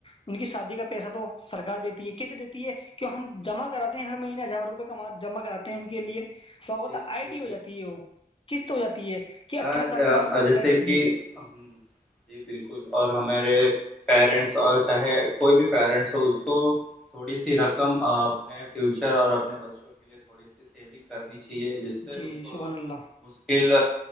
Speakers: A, on the left; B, in the centre.
A: ان کی شادی کا پیسہ تو سرار دیتی ہے کیسے دیتی ہے کہ ہم جمع کراتے ہیں ہر مہینے ہزار روپئے کما جمع کراتے ہیں ان کے لیے تو ہوتا
B: جی
A: آئی
B: جی
A: ڈی ہو جاتی ہے وہ قسط ہو جاتی ہے کہ اٹھارہ
B: ہ
A: سال میں ہم ان کو نکلائیں
B: جیسے کہ
A: جی
B: ہ جی بالکل اور ہمارے پیرنٹس اور چاہے کوئی بھی پیرنٹس تو اس کو تھوڑی سی رقم اپنے فیوچر اور اپنے بچوں کے لیے تھوڑی سی سیونگ کرنی چاہیے جس سے
A: جی
B: ان کو
A: سبحان اللہ
B: مشکل